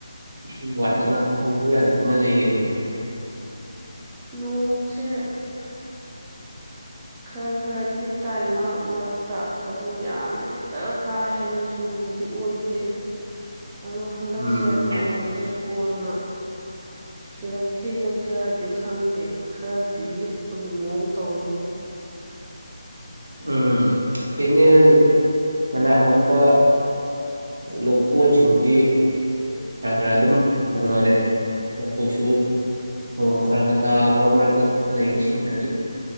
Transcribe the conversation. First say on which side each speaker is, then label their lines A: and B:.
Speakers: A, on the right; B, on the right.
A: ꯏꯁꯤꯡ ꯋꯥꯠꯇꯅ ꯍꯧꯕ ꯌꯥꯗꯗꯅ ꯂꯩꯔꯦꯅꯦ
B: ꯅꯣꯡꯁꯦ ꯈꯔ ꯈꯔꯗꯤ ꯇꯥꯏꯝ ꯃꯔꯛ ꯃꯔꯛꯇ ꯑꯗꯨ ꯌꯥꯝ ꯍꯦꯛꯇ ꯀꯥ ꯍꯦꯟꯅ ꯆꯨꯕꯗꯤ ꯑꯣꯏꯗꯦ ꯑꯣ ꯍꯟꯗꯛꯁꯦ
A: ꯎꯝ
B: ꯅꯣꯡꯁꯦ ꯀꯅ ꯆꯨꯔꯛꯈꯤꯒꯗ꯭ꯔꯗꯤ ꯈꯪꯗꯦ ꯈꯔꯗꯤ ꯂꯤꯛꯄꯒꯤ ꯃꯑꯣꯡ ꯇꯧꯋꯤꯅꯦ
A: ꯎꯝ ꯀꯦꯅꯦꯜ ꯃꯅꯥꯛ ꯅꯛꯄ ꯂꯧꯀꯣꯟꯁꯤꯡꯁꯤ ꯈꯔ ꯈꯔ ꯑꯗꯨꯝ ꯍꯧꯅꯔꯦ ꯑ ꯑꯩꯈꯣꯏꯁꯨ ꯅꯣꯡ ꯈꯔ ꯈꯔ ꯇꯥꯕ ꯃꯔꯛꯇ ꯂꯩ ꯏꯁꯤꯡ ꯈꯖꯤꯛ